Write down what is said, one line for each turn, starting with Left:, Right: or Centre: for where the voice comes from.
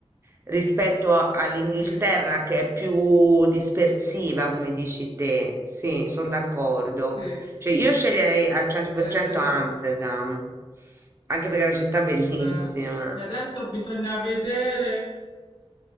Right: rispetto a- all'Inghilterra
Left: sì.
Right: che è più dispersiva, come dici te. Sì, sono d'accordo.
Left: Sì,
Right: Cioè, io sceglierei al 100%
Left: sarebbero.
Right: Amsterdam, anche perché è una città bellissima.
Left: eh. E adesso bisogna vedere,